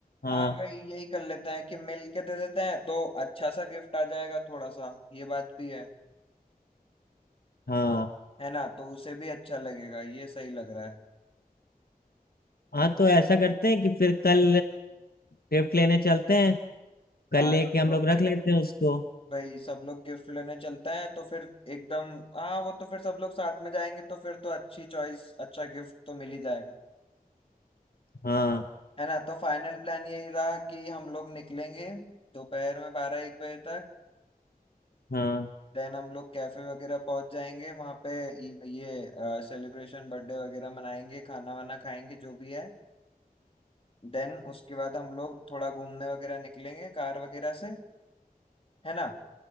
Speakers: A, on the left; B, on the left.
A: हाँ
B: हाँ भाई यही कर लेते हैं कि मिल के दे देते हैं तो अच्छा सा गिफ्ट आ जाएगा थोड़ा सा ये बात भी है
A: हाँ
B: है ना तो उसे भी अच्छा लगेगा ये सही लग रहा है
A: हाँ तो ऐसा करते हैं कि फिर कल गिफ्ट लेने चलते हैं कल
B: हाँ
A: लेके
B: सब
A: हम
B: लोग
A: लोग रख
B: गिफ्ट
A: लेते हैं उसको
B: भाई सब लोग गिफ्ट लेने चलते हैं तो फिर एकदम हाँ वो तो फिर सब लोग साथ में जाएंगे तो फिर तो अच्छी चॉइस अच्छा गिफ्ट तो मिल ही जाएगा
A: हाँ
B: है ना तो फाइनल प्लान यही रहा कि हम लोग निकलेंगे दोपहर में बारह एक बजे तक
A: हाँ
B: देन हम लोग कैफे वगैरह पहुंच जाएंगे वहां पे ई- ये सेलिब्रेशन बर्थडे वगैरह मनाएंगे खाना वाना खाएंगे जो भी है देन उसके बाद हम लोग थोड़ा घूमने वगैरह निकलेंगे कार वगैरह से है ना